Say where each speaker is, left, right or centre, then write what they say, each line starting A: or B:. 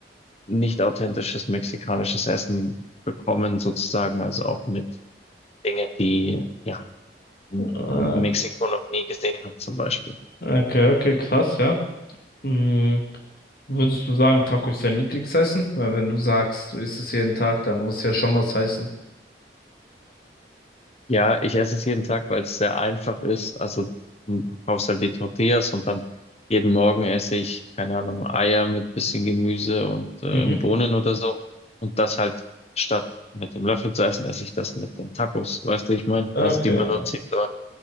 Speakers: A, on the left; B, on the left.
A: nicht authentisches mexikanisches Essen bekommen, sozusagen, also auch mit Dingen, die ja M-
B: Äh,
A: Mexiko noch nie gesehen hat zum Beispiel.
B: Okay, okay, krass, ja. Hm, Würdest du sagen, Taco ist dein Lieblingsessen? Weil wenn du sagst, du isst es jeden Tag, dann muss ja schon was heißen.
A: Ja, ich esse es jeden Tag, weil es sehr einfach ist. Also du kaufst halt die Tortillas und dann jeden Morgen esse ich, keine Ahnung, Eier mit bisschen Gemüse und äh,
B: Mhm.
A: Bohnen oder so. Und das halt statt mit dem Löffel zu essen, esse ich das mit den Tacos. Weißt du, ich meine,
B: Okay.
A: also die benutze ich so